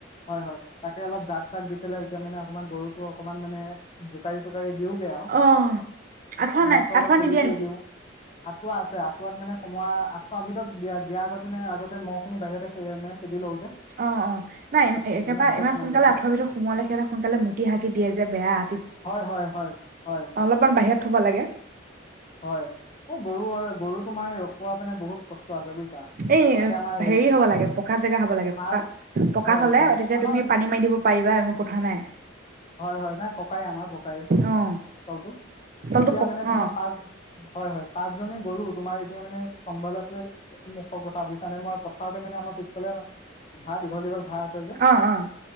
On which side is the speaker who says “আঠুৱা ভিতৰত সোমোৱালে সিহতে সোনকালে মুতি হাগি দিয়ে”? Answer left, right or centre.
Right